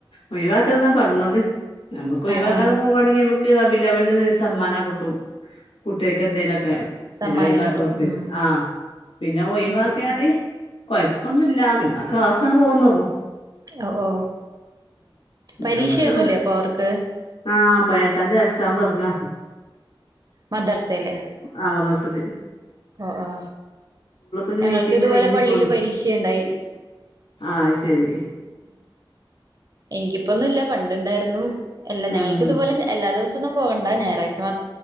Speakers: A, on the left; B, on the right.
A: ഒഴിവാക്കെരുത് ന്നാ പറഞ്ഞത്. നമുക്ക് ഒഴിവാക്കാതെ
B: ആഹ് ആഹ്
A: പോവാണെങ്കി നമുക്ക് വ വിലവന്റെ സമ്മാനം കൂട്ടും കുട്ടികക്ക് എന്തേലുമൊക്കെ പിന്നെ
B: സമ്മാനം
A: ഒയി <unintelligible>
B: കിട്ടും ഉം
A: ആഹ് പിന്നെ ഒഴിവാക്കിയാല്
B: ഉം ഉം
A: കൊയപ്പൊന്നും ഇല്ല, പിന്നെ ആ ക്ലാസ്സ ങ്ങട് പോകുന്നെ ഉള്ളൂ.
B: ഓ ഓ പരീക്ഷയൊന്നുല്ലെ
A: നമ്മൾത്
B: അപ്പ അവർക്ക്.
A: ആഹ് പതിനെട്ടാൻതീ എക്സാം തൊടങ്ങാ.
B: മദർസയിലെ
A: ആ മദർസല്
B: ഓ ഓ
A: ഇനി
B: ഞങ്ങൾക്ക്
A: മീറ്റിംഗ്
B: ഇതുപോലെ
A: കഴിഞ്ഞ്
B: പള്ളീല്
A: പോന്ന്
B: പരീക്ഷണ്ടായി.
A: ആ അയ്ശെരി.
B: എനിക്കിപ്പൊന്നുല്ല പണ്ട് ഇണ്ടായിരുന്നു എല്ല
A: ഉം
B: ഞങ്ങൾക്കിതുപോലെ ഞ എല്ലാ ദിവസ ന്നും പോകണ്ട ഞായാഴ്ച മാ